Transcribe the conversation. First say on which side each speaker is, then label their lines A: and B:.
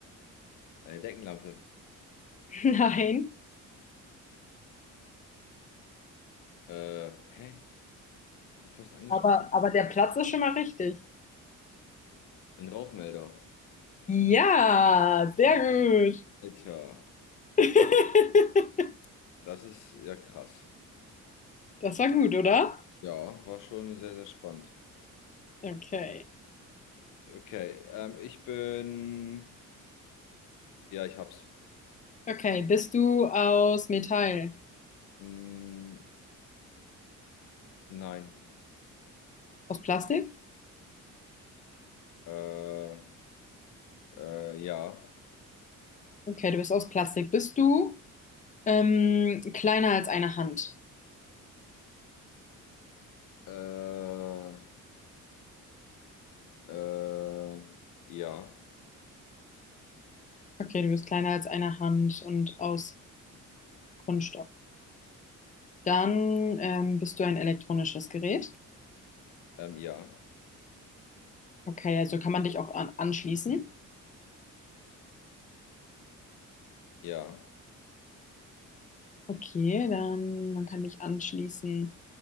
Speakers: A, on the left; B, on the left.
A: eine Deckenlampe.
B: <laughs> Nein,
A: Äh, hä? Ich bin fest angeschraubt.
B: aber, aber der Platz ist schon mal richtig.
A: Ein Rauchmelder.
B: Ja, sehr gut.
A: Alter,
B: <laughs>
A: das ist ja krass.
B: Das war gut, oder?
A: Ja, war schon sehr, sehr spannend.
B: Okay.
A: Okay, ähm, ich bin Ja, ich hab's.
B: Okay, bist du aus Metall?
A: Mm, nein.
B: Aus Plastik?
A: Äh, äh, ja.
B: Okay, du bist aus Plastik. Bist du ähm, kleiner als eine Hand?
A: Äh, äh, ja.
B: Okay, du bist kleiner als eine Hand und aus Kunststoff. Dann ähm, bist du ein elektronisches Gerät.
A: Ähm, ja.
B: Okay, also kann man dich auch an anschließen.
A: Ja.
B: Okay, dann man kann dich anschließen.